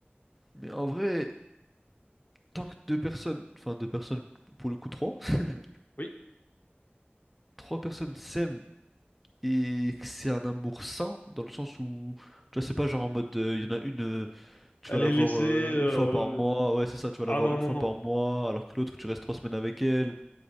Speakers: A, in the centre; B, on the left.
A: mais en vrai. tant que deux personnes, enfin deux personnes pour le coup trois, <laughs>
B: Oui.
A: trois personnes s'aiment et que c'est un amour sain dans le sens où tu vois c'est pas genre en mode euh, il y en a une euh, tu
B: Elle
A: vas la
B: est
A: voir
B: laissée.
A: euh,
B: euh,
A: une fois par mois
B: ouais, ouais.
A: ah ouais c'est ça tu vas
B: Ah
A: la voir
B: non,
A: une
B: non,
A: fois
B: non.
A: par mois alors que l'autre tu restes trois semaines avec elle